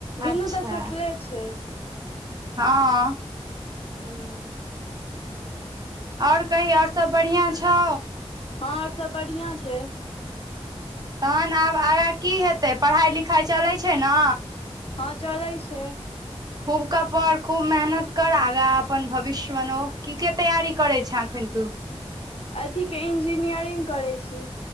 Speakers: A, on the right; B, on the left.
A: अच्छा
B: दुनू तऽ सटले छै।
A: हँ।
B: हूँ
A: आओर कही आओर सब बढ़ियां छौ
B: हँं आओर सब बढ़िआं छै
A: तहन आब आगाँ की हेतै पढ़ाइ लिखाई चलै छै न
B: हँ चलै छै
A: खूब क पर खूब मेहनत कर आगा अपन भविष्य बनाउ की के तैयारी करे छे एखन तू
B: अथीके इंजीनियरिंग करै छी